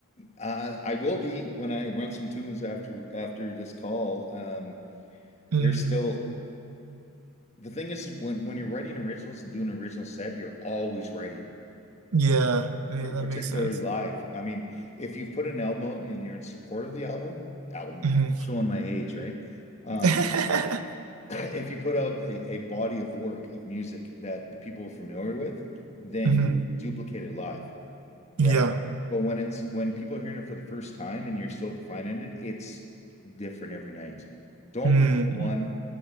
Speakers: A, on the left; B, on the right.
A: uh, I will be when I run some tunes after after this call. Um,
B: Mm.
A: there's still the thing is when when you're writing originals and doing an original set, you're always writing.
B: Yeah. Yeah,
A: particularly
B: that makes sense.
A: live. I mean, if you've put an album out and you're in support of the album, album
B: Mhm.
A: showing my age, right? Um,
B: <laughs>
A: <clears throat> if you put out a, a body of work of music that people are familiar with, then
B: Mhm.
A: you duplicate it live,
B: Yeah.
A: right? But when it's when people are hearing it for the first time and you're still refining it, it's different every night. Don't
B: Mm.
A: lose the one.